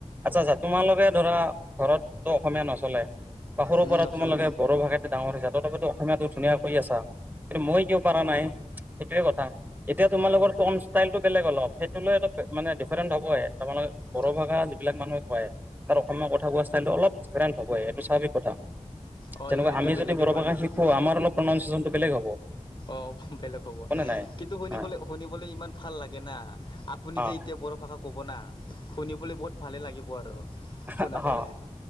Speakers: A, on the right; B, on the left.
A: আচ্ছা আচ্ছা তোমালোকে ধৰা ঘৰতো অসমীয়া নচলে। সৰুৰ
B: উম
A: পৰা
B: নচলে
A: তোমালোকে ব়ো ভাষাতে ডাঙৰ হৈ হৈছে তথাপিতো অসমীয়াটো ধুনীয়া কৈ আছা। কিন্তু মই কিয় পৰা নাই সেইটোৱে কথা। এতিয়া তোমালোকৰ টন ষ্টাইলটো বেলেগ অলপ সেইটো লৈ মানে ডিফাৰেন্ট হ'বয়ে তোমাৰ বোড়ো
B: অ
A: ভাষা যিবিলাক মানুহে কয় তাৰ অসমীয়া কথা কোৱা ষ্টাইলটো অলপ ডিফাৰেণ্ট হ'বই এইটো স্বাভাৱিক কথা।
B: অ
A: যেনেকা
B: এইটো
A: আমি
B: বেলেগে
A: যদি বড়ো
B: হয়
A: ভাষা শিকো আমাৰ অলপ প্ৰনাউচেচনটো বেলেগ হ'ব।
B: অ বেলেগ হ'ব
A: হয় নে নাই?
B: কিন্তু শুনিবলৈ
A: অ
B: শুনিবলৈ ইমান ভাল লাগে না। আপুনি
A: অ
B: যে এতিয়া বড়ো, ভাষা ক'ব না শুনিবলৈ বহুত ভালেই লাগিব আৰু শুনাপালে।
A: অ হ